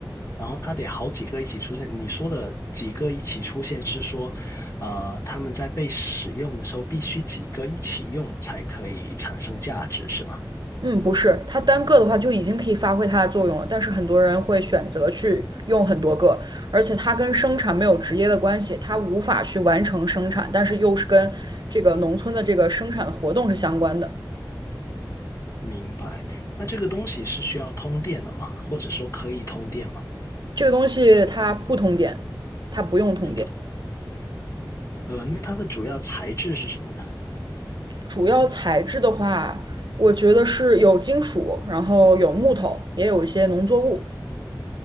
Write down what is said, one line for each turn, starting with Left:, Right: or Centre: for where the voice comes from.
Left: 然后它得好几个一起出现。你说的几个一起出现是说，呃，他们在被使用的时候必须几个一起用才可以产生价值，是吗？
Right: 嗯，不是，它单个的话就已经可以发挥它的作用了，但是很多人会选择去用很多个，而且它跟生产没有直接的关系，它无法去完成生产，但是又是跟这个农村的这个生产的活动是相关的。
Left: 明白。那这个东西是需要通电的吗？或者说可以通电吗？
Right: 这个东西它不通电，它不用通电。
Left: 也不。呃，那它的主要材质是什么呢？
Right: 主要材质的话，我觉得是有金属，然后有木头，也有一些农作物。